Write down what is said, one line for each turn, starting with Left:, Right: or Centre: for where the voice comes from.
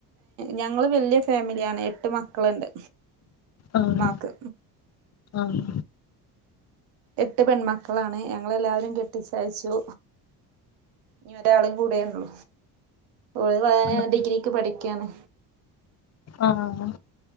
Right: ഞങ്ങള് വല്യ ഫാമിലിയാണ് എട്ട് മക്കളുണ്ട്
Left: ആഹ്
Right: ഉമ്മാക്ക്
Left: ആഹ്
Right: എട്ട് പെൺമക്കളാണ് ഞങ്ങെല്ലാവരെയും കെട്ടിച്ചയച്ചു ഇനി ഒരാളും കൂടെയുള്ളു <unintelligible>
Left: ആഹ്
Right: ഡിഗ്രിക്ക് പഠിക്കയാണ്
Left: ആഹ് ആഹ്